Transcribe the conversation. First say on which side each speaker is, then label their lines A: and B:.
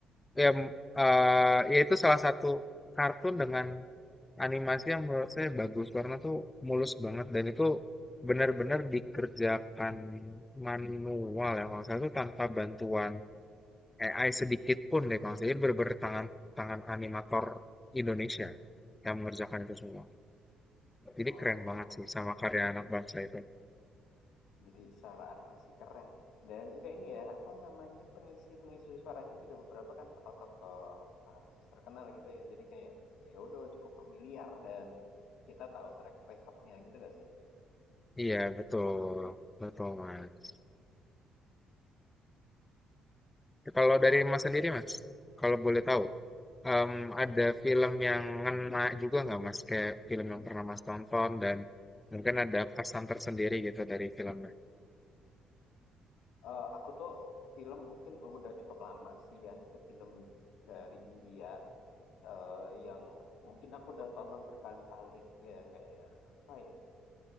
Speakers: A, on the left (about 20°); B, on the left (about 80°).
A: ya, m- eh, ya itu salah satu kartun dengan animasi yang menurut saya bagus karena tuh mulus banget dan itu benar-benar dikerjakan manual ya kalau saya tuh tanpa bantuan AI sedikit pun deh Kang. Jadi bener tangan tangan animator Indonesia yang mengerjakan itu semua. Jadi
B: oh, oh,
A: keren banget sih sama karya anak bangsa itu.
B: Jadi secara animasi keren. Dan juga ini ya, apa namanya, pengisi-pengisi suaranya juga beberapa kan tokoh-tokoh artis terkenal gitu ya. Jadi kayak ya udah cukup familiar dan kita tahu track recordnya gitu gak sih?
A: Iya betul, betul Mas. Kalau
B: Kalau
A: dari Mas sendiri Mas, kalau
B: Mm-mm,
A: boleh tahu, em,
B: mm-mm.
A: ada film yang ngena juga nggak Mas? Kayak film yang pernah Mas tonton dan mungkin ada kesan tersendiri gitu dari filmnya.
B: Eh, aku tuh film mungkin oh, udah cukup lama sih ya itu film dari India eh, yang mungkin aku udah tonton berkali-kali ya nggak ya apa ya